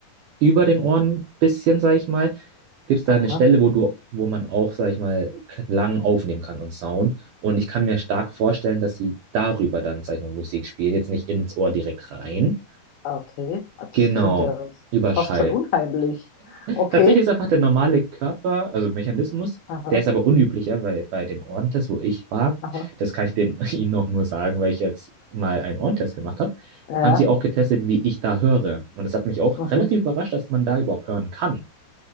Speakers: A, on the right; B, on the left.
A: über den Ohren bisschen, sag ich mal, gibt es da
B: Aha,
A: eine Stelle, wo du, wo man auch, sag ich mal, Klang aufnehmen kann und Sound. Und ich kann mir stark vorstellen, dass sie darüber dann, sag ich mal, Musik spielen, jetzt nicht ins Ohr direkt rein.
B: ah, okay. Ah, Das
A: Genau,
B: klingt ja
A: über
B: fast
A: Schall.
B: schon unheimlich. Okay,
A: Tatsächlich ist einfach der normale Körper, also Mechanismus,
B: aha,
A: der ist aber unüblicher, weil bei dem Ohrentest, wo ich war,
B: aha.
A: das kann ich den, <laughs> Ihnen auch nur sagen, weil ich jetzt mal einen Ohrentest gemacht habe,
B: Ja,
A: haben
B: ja.
A: sie auch getestet, wie ich da höre. Und das hat mich auch
B: mhm.
A: relativ überrascht, dass man da überhaupt hören kann.